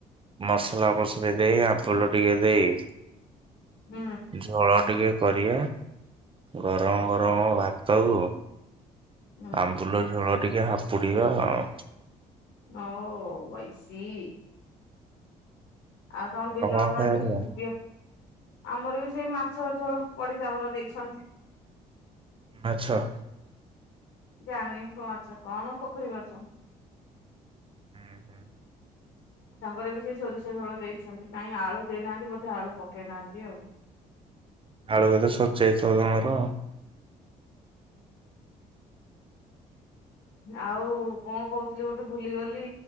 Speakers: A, on the right (about 30°); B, on the left (about 70°).
A: ମସଲା ଫସଲା ଦେଇ ଆମ୍ବୁଲ ଟିକେ ଦେଇ
B: ହୁଁ।
A: ଝୋଳ ଟିକେ କରିବା ଗରମ ଗରମ ଭାତକୁୁ
B: ହୁଁ
A: ଆମ୍ବୁଲ ଝୋଳ ଟିକେ ହାପୁଡ଼ିବା ଆଉ।
B: Oh I see. ଆଉ କଣ
A: ତମର
B: ବିଲବାଡି
A: ଖାଇବାକୁ?
B: ବିଅ ଆମର ବି ସେଇ ମାଛ ଝୋଳ ପଡିଶା ଘର ଦେଇଛନ୍ତି।
A: ମାଛ।
B: ଜାଣିନି କୋଉ ମାଛ କଣ ପୋଖରୀ ମାଛ।
A: ହୁଁ ହୁଁ।
B: ତାଙ୍କର ବି ସେଇ ସୋରିଷ ଝୋଳ ଦେଇଛନ୍ତି କାଇଁ ଆଳୁ ଦେଇନାହାନ୍ତି ବୋଧେ ଆଳୁ ପକେଇନାହାନ୍ତି ଆଉ।
A: ଆଳୁ ବୋଧେ ସରିଯାଇଥିବ ତାଙ୍କର।
B: ଆଉ କଣ କୋହୁଥିଲି ଗୋଟେ ଭୁଲିଗଲି